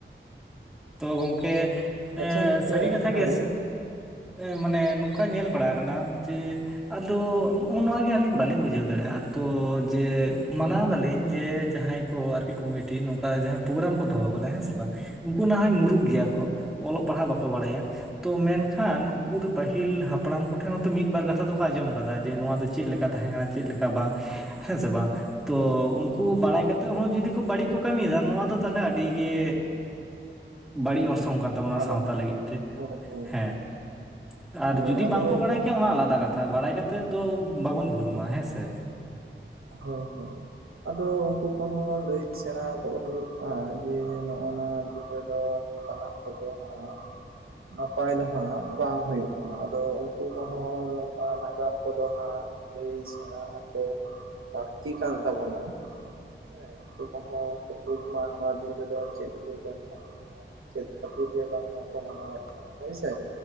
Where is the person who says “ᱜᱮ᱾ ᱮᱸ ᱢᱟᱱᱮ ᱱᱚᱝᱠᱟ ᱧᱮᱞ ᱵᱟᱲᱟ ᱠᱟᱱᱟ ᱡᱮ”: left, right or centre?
Centre